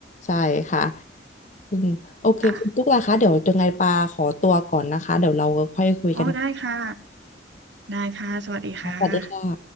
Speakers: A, on the left; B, on the right.
A: ใช่ค่ะอืมโอเคคุณตุ๊กล่ะคะเดี๋ยวยังไงปาขอตัวก่อนนะคะเดี๋ยวเราค่อยคุยกัน
B: ค่ะอ๋อได้ค่ะได้ค่ะสวัสดีค่ะ
A: สวัสดีค่ะ